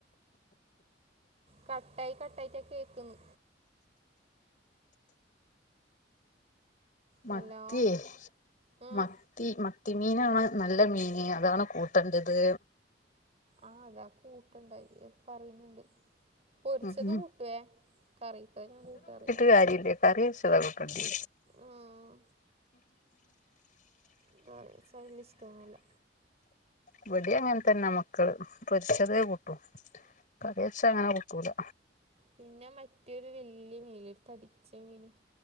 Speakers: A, on the right; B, on the left.
A: കട്ടായി കട്ടായ്ട്ടാ കേ‌ക്കിന്ന്
B: മത്തിയേ
A: ഹലോ ആ
B: മ ത്തി മത്തി മീനാണ് നല്ല മീന് അതാണ് കൂട്ടണ്ടത്
A: ആഹ് അതാ കൂട്ടണ്ടത് പറയുന്നിണ്ട് പൊരിച്ചത്
B: ഉം ഉം
A: കൂട്ടുവേ കറിയിപ്പ ഞാൻ കൂട്ടാറില്ല.
B: കാര്യില്ല കറിവെച്ചതാ കൂട്ടണ്ട്യേ
A: ആഹ് <unintelligible> വല്ല്യ ഇഷ്ടൊന്നു അല്ല
B: ഇവടേം അങ്ങനെ തന്ന മക്കള് പൊരിച്ചതേ കൂട്ടൂ കറി വെച്ചാ അങ്ങനെ കൂട്ടൂല
A: പിന്നെ മറ്റൊരു വലിയ മീനില്ലെ ഒര് തടിച്ച മീന്